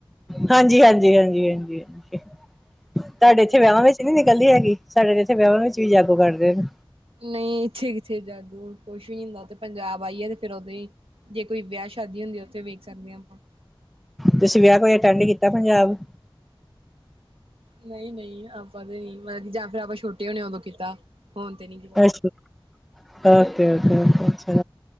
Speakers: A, in the centre; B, on the right (about 85°).
A: ਹਾਂਜੀ, ਹਾਂਜੀ, ਹਾਂਜੀ, ਹਾਂਜੀ ਹ ਤੁਹਾਡੇ
B: ਉਹ
A: ਇੱਥੇ
B: ਤੇ
A: ਵਿਆਹਾਂ ਵਿੱਚ ਨੀ ਨਿਕਲਦੀ ਹੈਗੀ, ਸਾਡੇ ਇੱਥੇ ਵਿਆਹਾਂ ਵਿੱਚ ਵੀ ਜਾਗੋ ਕਰਦੇ ਨੇ।
B: ਨਹੀਂ ਇੱਥੇ ਕਿੱਥੇ ਜਾਗੂ ਕੁਛ ਨੀ ਹੁੰਦਾ ਪੰਜਾਬ ਵਾਈਏ ਤੇ ਫੇਰ ਉਦੋਂ ਹੀ ਜੇ ਕੋਈ ਵਿਆਹ ਸ਼ਾਦੀ ਹੁੰਦੀ ਉੱਥੇ ਵੇਖ ਸਕਦੇ ਹਾਂ ਆਪਾਂ
A: ਤੁਸੀਂ ਵਿਆਹ ਕੋਈ ਅਟੈਂਡ ਕੀਤਾ ਪੰਜਾਬ?
B: ਨਹੀਂ ਨਹੀਂ ਆਪਾਂ ਤੇ ਨੀ, ਮਤਲਬ ਕਿ ਜਾਂ ਫਿਰ ਆਪਾਂ ਛੋਟੇ ਹੋਣੇ, ਉਦੋਂ ਕੀਤਾ ਫੋਨ ਤੇ ਨੀ
A: ਅੱਛਾ ਓਕੇ ਓਕੇ ਓਕੇ, ਅੱਛਾ